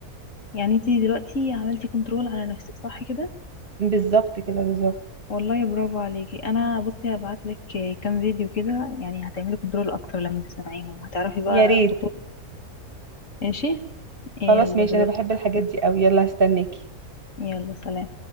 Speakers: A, on the left; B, on the right.
A: يعني انتي دلوقتي عملتي كنترول على نفسك صح كده
B: بالظبط كده بالظبط
A: والله برافو عليكي انا بصي هبعت لك كام فيديو كده يعني هتعملي كنترول اكتر لما تسمعيهم هتعرفي بقى
B: يا ريت
A: خطوط ماشي يلا
B: خلاص ماشي
A: دلوقتي
B: انا بحب
A: بقى
B: الحاجات
A: هقولك.
B: دي قوي يلا هستناكي
A: يلا سلام